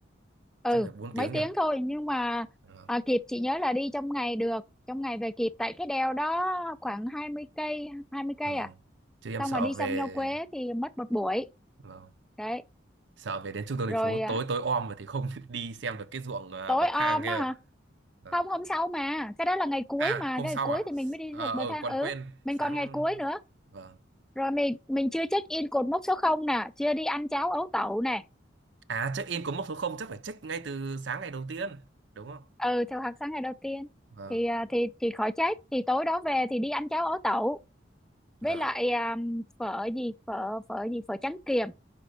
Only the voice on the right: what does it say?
chắc phải bốn
tiếng nhở
Vâng.
Vâng.
chứ em
sợ
về
vâng
sợ về đến trung tâm
thành phố
tối tối om rồi thì không <laughs> đi xem được cái ruộng à,
bậc
thang kia
vâng.
à
hôm
sau
à
ờ
ờ,
còn
quên
sáng
vâng
à check in có mốc số không chắc phải check ngay từ sáng ngày đầu tiên đúng không
vâng
vâng